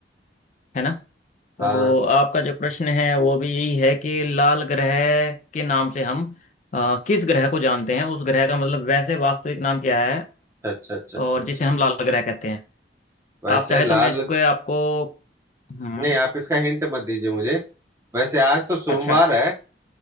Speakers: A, on the left; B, on the right.
A: है ना तो
B: हाँ
A: आपका जो प्रश्न है वो भी यही है कि लाल ग्रह के नाम से हम अ, किस ग्रह को जानते हैं उस ग्रह का मतलब वैसे वास्तविक नाम क्या है
B: अच्छा अच्छा अच्छा
A: और
B: अच्छा
A: जिसे हम लाल ग्रह कहते हैं
B: वैसे
A: आप चाहे
B: लाल
A: तो मैं इसको आपको हम्म
B: नहीं आप इसका हिंट मत दीजिए मुझे वैसे आज तो सोमवार
A: अच्छा
B: है